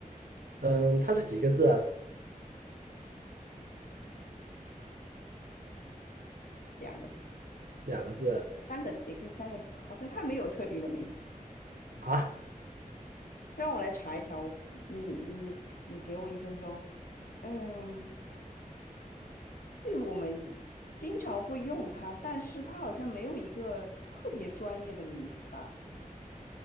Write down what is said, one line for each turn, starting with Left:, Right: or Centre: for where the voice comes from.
Right: 嗯，它是几个字啊
Left: 两个字。
Right: 两个字
Left: 三个字，也可以三个字，好像它没有特定的名字。
Right: 啊？啊
Left: 让我来查一下，我你你你给我一分钟。嗯，对，我们经常会用它，但是它好像没有一个特别专业的名字吧，